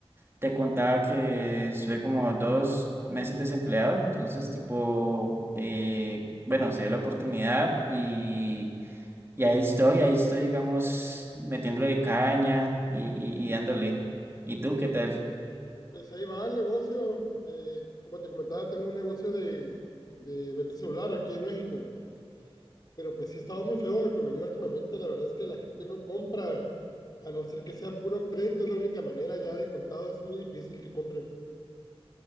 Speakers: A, on the right; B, on the left.
A: te contaba que estuve como dos meses desempleado, entonces tipo, eh, bueno, se dio la oportunidad y, y ahí estoy, ahí estoy digamos metiéndole caña y, y, y dándole. ¿Y tú qué tal?
B: Pues ahí va el negocio. Eh, como te comentaba, tengo un negocio de, de venta celular aquí en México. Pero pues sí ha estado muy feo la economía últimamente. La verdad es que la gente no compra, a no ser que sea puro crédito, es la única manera ya de contado. Es muy difícil que compren.